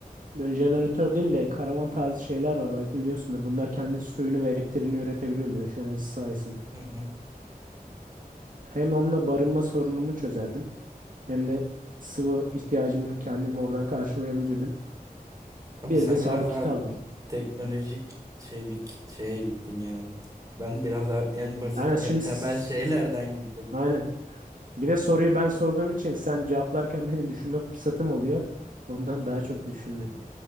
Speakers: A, on the right; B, on the right.
A: Böyle jeneratör değil de karavan tarzı şeyler var belki biliyorsundur. Bunlar kendi suyunu ve elektriğini üretebiliyor güneş enerjisi sayesinde.
B: hı. hı.
A: Hem onunla barınma sorunumu çözerdim hem de sıvı ihtiyacımı kendim oradan karşılayabilirdim.
B: Abi
A: Bir
B: sen
A: de sağlık
B: biraz daha
A: kiti alırdım.
B: teknolojik şey bir kit- şeye gittin yani. Ben biraz daha en basit,
A: Aynen
B: en
A: şimdi
B: temel
A: s-
B: <laughs> şeylerden gittim.
A: aynen. Bir de soruyu ben sorduğum için sen cevaplarken benim düşünme fırsatım oluyor. Ondan
B: Evet,
A: daha çok düşündüm.
B: ben-